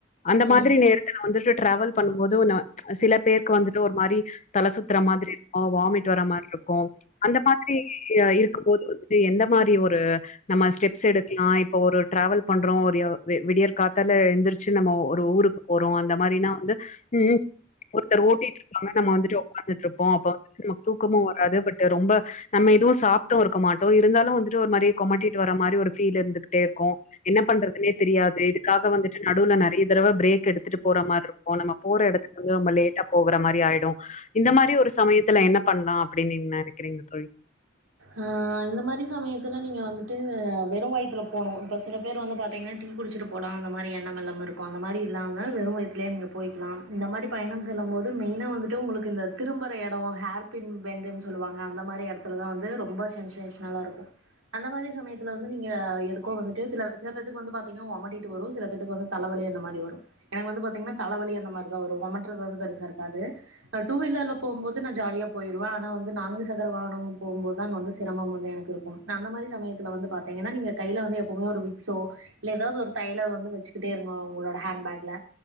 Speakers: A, on the left (about 35°); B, on the right (about 85°).
A: அந்த மாதுரி
B: ம்
A: நேரத்துல வந்துட்டு ட்டிராவல் பண்ணும்போது ந சில பேர்க்கு வந்துட்டு ஒரு மாரி தல சுத்துற மாதுரி இருக்கு வாமிட் வர மாரி இருக்கு அந்த மாதுரிய இருக்கும்போது வந்தட்டு எந்த மாதுரி ஒரு நம்ம ஸ்டெப்ஸ் எடுக்லா இப்ப ஒரு ட்டிராவல் பண்றோ ஒரு எ வெ விடியற் காத்தால எழ்ந்துருச்சு நம்ம ஒரு ஊருக் போறோ அந்த மாரினா வந்து ம்ம் ஒர்த்தர் ஓட்டிட்ருக்காங்க நம்ம வந்துட்டு ஒக்காந்துட்ருப்போ அப்ப வந்து நமக்கு தூக்கமு வராது பட்டு ரொம்ப நம்ம எதுவு சாப்ட்டு இருக்க மாட்டோ இருந்தாலுவந்துட்டு ஒரு மாரி கொமட்டிட்டு வர மாரி ஒரு ஃபீல் இருந்துகுட்டே இருக்கு என்ன பண்றதுன்னே தெரியாது இதுக்காக வந்துட்டு நடுவ்ல நெறய தடவ பிரேக் எடுத்துட்டு போறா மார்ருக் போ நம்ம போற எடத்துக்கு வந்து நம்ம லேட்டா போகுற மாரி ஆயிடு இந்த மாரி ஒரு சமயத்துல என்ன பண்லா அப்டின் நீங்க நெனக்கிறீங்க தோழி
B: ஆ இந்த மாரி சமயத்துல நீங்க வந்துட்டு வெறும் வயித்துல போனு இப்போ சில பேர் வந்து பாத்தீங்கன்னா டீ குடிச்சிட்டு போலா அந்த மாரி எண்ணம் எல்லாம இருக்கு அந்த மாரி இல்லாம வெறும் வயிதுலேய நீங்க போயிக்கிலா இந்த மாரி பயணம் செல்லம்போது மெயினாக வந்துட்டு உங்களுக்கு இந்த திரும்பற எடோ ஹேர் பின் பெண்டுன் சொல்லுவாங்க அந்த மாரி எடத்துலதா வந்து ரொம்ப ஷென்சேஷனலா இருக்கு அந்த மாரி சமயத்துல வந்து நீங்க எதுக்கோ வந்துட்டு தில சில பேத்துக்கு வந்து பாத்தீங்னா ஒமட்டிட்டு வரு சில பேத்துக்கு வந்து தலவலி அந்த மாரி வரு எனக்கு வந்து பாத்தீங்கனா தலவலி அந்த மாரிதா வரு ஒமட்ரது பெருசா இருக்காது நா டூ வீலர்ல போகும்போது நா ஜாலியா போயிருவே ஆனா வந்து நான்கு சகர வாகனோ போம்போது தா அங்க வந்து சிரமம் வந்து எனக்கு இருக்கும் அந்த மாரி சமயத்துல வந்து பாத்தீங்கன்னா நீங்க கையில வந்து எப்பவுமே ஒரு விக்சோ இல்ல எதாவ்து ஒரு தைலம் வந்து வச்சுக்கிட்டே இருக்னு அவுங்குளோட ஹேண்ட்பேக்ல